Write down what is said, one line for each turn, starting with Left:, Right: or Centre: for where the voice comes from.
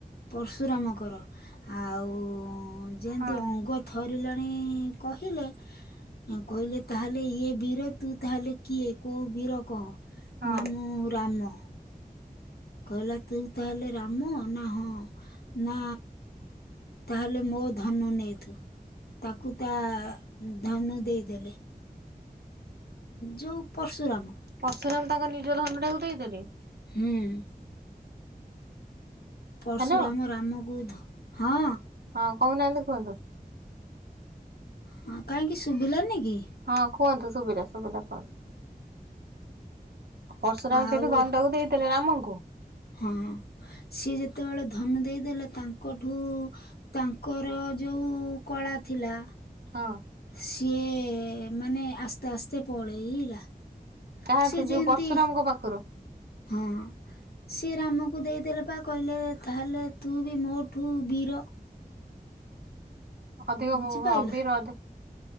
Left: ପରଶୁରାମଙ୍କର ଆଉ ଯେମିତି
Right: ହଁ
Left: ଅଙ୍ଗ ଥରିଲାଣି କହିଲେ କହିଲେ ତାହେଲେ ଇଏ ବୀର ତୁ ତାହେଲେ କିଏ କୋଉ ବୀର କହ।
Right: ହଁ
Left: ନା ମୁଁ ରାମ। କହିଲା ତୁ ତାହେଲେ ରାମ ନା ହଁ। ନା ତାହେଲେ ମୋ ଧନୁ ନେଏତୁ। ତାକୁ ତା ଧନୁ ଦେଇଦେଲେ। ଯୋଉ ପରର୍ଶୁରାମ।
Right: ପରଶୁରାମ ତାଙ୍କ ନିଜ ଧନୁ ଟାକୁ ଦେଇଦେଲେ?
Left: ହୁଁ। ପରଶୁରାମ
Right: ହ୍ୟାଲୋ
Left: ରାମକୁ ଧ ହଁ।
Right: ହଁ କଉନାହାନ୍ତି କୁହନ୍ତୁ?
Left: ହଁ କାହିଁକି ଶୁଭିଲାନି କି?
Right: ହଁ କୁହନ୍ତୁ ସୁବିଲା ସୁବିିଲା କୁହନ୍ତୁ? ପରଶୁରାମ
Left: ଆଉ
Right: ସେଇଠୁ ଧନୁଟାକୁ ଦେଇଥିଲେ ରାମଙ୍କୁ?
Left: ହଁ ସିଏ ଯେତେବେଳେ ଧନୁ ଦେଇଦେଲେ ତାଙ୍କଠୁ ତାଙ୍କର ଯୋଉ କଳା ଥିଲା।
Right: ହଁ।
Left: ସିଏ ମାନେ ଆସ୍ତେ ଆସ୍ତେ ପଳେଇଲା।
Right: କାହାଠୁ
Left: ସିଏ
Right: ଯୋଉ
Left: ଯେମିତି
Right: ପର୍ଶୁରାମଙ୍କ ପାଖରୁ
Left: ହଁ। ସିଏ ରାମକୁ ଦେଇଦେଲେ ପା କହିଲେ ତାହେଲେ ତୁ ବି ମୋଠୁ ବୀର।
Right: ଅଧିକ
Left: ବୁଝିପାଇଲ
Right: ଵ ଭା ବିର ଅଧି